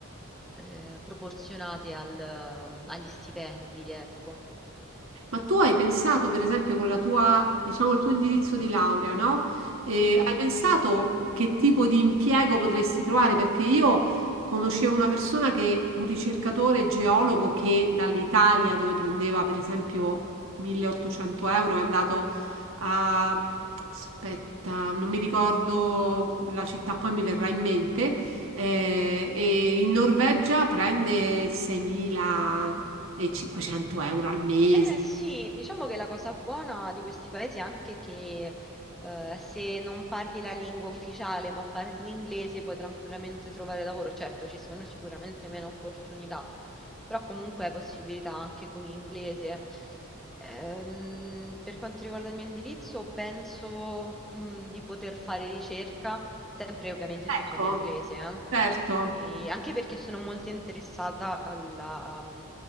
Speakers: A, in the centre; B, on the right.
A: eh, proporzionate al, ehm, agli stipendi, ecco.
B: Ma tu hai pensato, per esempio, con la tua, diciamo, il tuo indirizzo di laurea, no? Eh,
A: Mhm.
B: hai pensato che tipo di impiego potresti trovare? Perché io conoscevo una persona che, un ricercatore geologo che dall'Italia, dove prendeva per esempio 1800 euro, è andato a, aspetta, non mi ricordo la città, poi mi verrà in mente, eh, e in Norvegia prende 6.500 euro al mese.
A: Eh sì, diciamo che la cosa buona di questi paesi è anche che eh, se non parli la lingua ufficiale ma parli l'inglese puoi tranquillamente trovare lavoro. Certo, ci sono sicuramente meno opportunità, però comunque hai possibilità anche con l'inglese. Ehm, per quanto riguarda il mio indirizzo, penso mm, di poter fare ricerca, sempre ovviamente
B: Ecco,
A: tutto in inglese, eh.
B: certo.
A: E anche perché sono molto interessata alla mm,